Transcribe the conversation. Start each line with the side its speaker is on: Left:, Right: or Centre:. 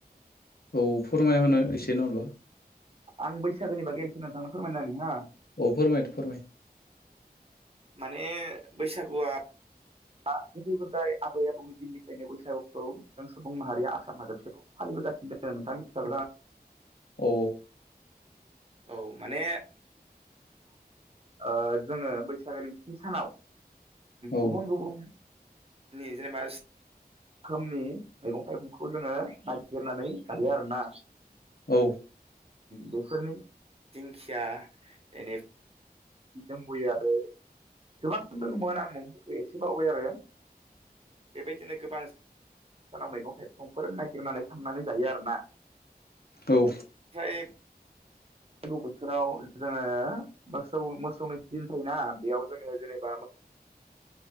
Left: औ फोरमायना होनो एसे नहलिबा
Right: आं बैसागोनि बागै एसो नोंथांनो फोरमायना होनि हा।
Left: औ फोरमाय फोरमाय
Right: माने बैसागुआ दा गोदो गोदाय आबै आबौनि दिननिफ्रायनो बैसागुखौ जों सुबुं माहारिया आसाम हादोरसायाव फालिबोगासिनो नोंथाङा मिथिखागौ जानां
Left: औ
Right: औ माने औ जोङो बैसागोनि स्नि सानाव
Left: औ
Right: गुबुन गुबुन <unintelligible> रोखोमनि मैगं थाइगंखौ जोङो नायगिरनानै जायो आरोना।
Left: औ
Right: बेफोरनि दिंखिया एनि दोंबोयो आरो गोबां दङमोन आं मुंखौ एसे बावबाय आरो। बेबायदिनो गोबां सानाव मैगं थाइगंफोर नायगिरनानै खांनानै जायो आरोना।
Left: औ
Right: ओमफ्राय <unintelligible> बोथोराव जोङो मोस सौ मोसौनो दिन थायोना बेयाव जोङो जेनेबा